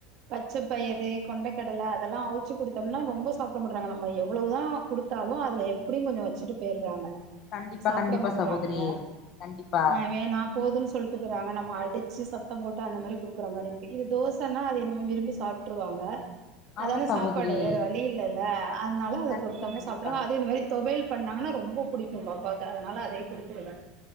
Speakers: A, on the right; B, on the left.
A: பச்சப்பயறு கொண்டக்கடல அதல்லா அவுச்சு குடுத்தம்னா ரொம்ப சாப்ட மாட்றாங்க நம்ம எவ்ளோதா குடுத்தாலு அதுல எப்டியு கொஞ்சோ வச்சுட்டு போயிறாங்க
B: கண்டிப்பா
A: சாப்ட
B: கண்டிப்பா
A: மாட்றாங்க
B: சகோதரி கண்டிப்பா
A: அ வேனா போதுன் சொல்ட்டு போய்றாங்க நம்ம அடு ச்சு சத்தம் போட்டு அந்த மாரி குடுக்குற மாரி இருக்கு இது தோசன்னா அது என்னமோ விரும்பி சாப்ட்ருவாங்க
B: ஆமா
A: அதான
B: சகோதரி
A: சாப்பாடு வேற வழி இல்லல்ல அதுனால அத
B: கண்டிப்பா
A: குடுத்தம்னா
B: கண்டிப்பா
A: சாப்ட்டுருவா அது இந்த மாரி தொவையல் பண்ணாங்கன்னா ரொம்ப புடிக்கு பாப்பாக்கு அதனால அதையே குடுத்துருவே